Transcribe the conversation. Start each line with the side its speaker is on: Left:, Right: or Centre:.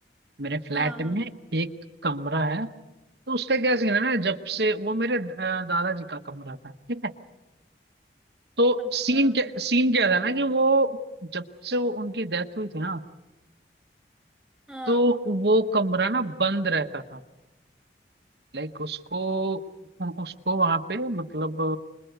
Right: मेरे फ्लैट
Centre: हाँ हाँ
Right: में एक कमरा है तो उसका क्या सीन है ना जब से वो मेरे अ, दादाजी का कमरा था ठीक है तो
Centre: अच्छा
Right: सीन क्या सीन क्या था ना कि वो जब से वो उनकी डेथ हुई थी ना
Centre: हाँ
Right: तो वो कमरा ना बंद रहता था लाइक उसको उसको वहां पे मतलब